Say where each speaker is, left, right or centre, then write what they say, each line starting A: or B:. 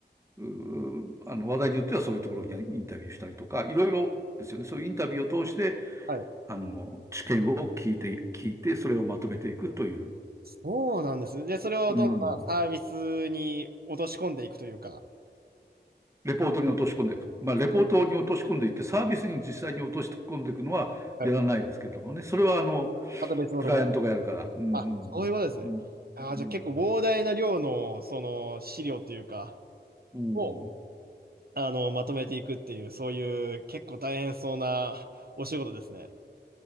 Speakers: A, on the right; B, on the right.
A: うーあの、話題によってはそういうところにインタビューしたりとか、いろいろですよね。そういうインタビューを通して、
B: はい。
A: あの、知見を聞いて、聞いて、それをまとめていくという、
B: そうなんです。で、それをどんどんサービスに落とし込んでいくというか。
A: うん、レポートに落とし込んでいく。まあ、レポートに落とし込んでいって、
B: うん。
A: サービスに実際に落とし込んでいくのはやらないですけどもね。
B: はい。
A: それは、あの、
B: また別のところで。
A: クライアントがやるから。うん、
B: あ、そういうことですね。
A: うん、
B: あー、
A: うん、
B: じゃあ結構膨大な量の、その、資料というか、
A: うん、
B: を、あの、まとめていくっていう、そういう結構大変そうなお仕事ですね。